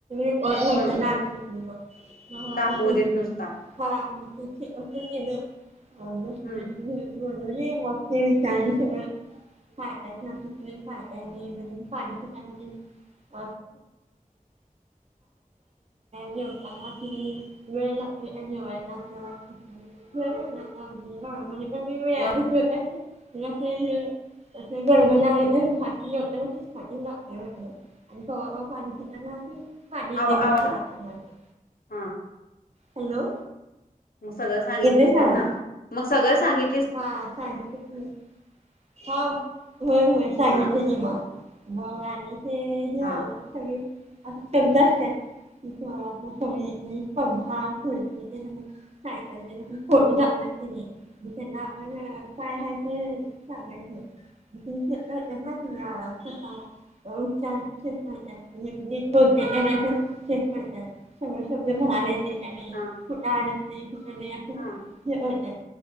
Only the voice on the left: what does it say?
ह दाखवू देत नुसता हम्
मग
आवा
आवाज
आला
हा
मग सगळं सांगितलीस
त्यांना?
मग सगळं सांगित
हा
हा
हा
हा